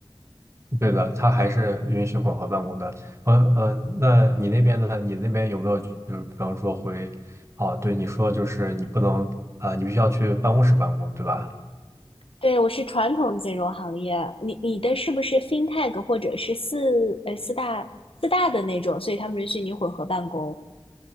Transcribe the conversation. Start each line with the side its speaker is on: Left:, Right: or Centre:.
Right: 对的，他还是允许混合办公的。呃呃，那你那边呢？你那边有没有就是比方说回哦，对你说就是你不能啊、呃你必须要去办公室办公，对吧？
Left: 对，我是传统金融行业，你你的是不是 FinTech 或者是四呃四大四大的那种，所以他们允许你混合办公，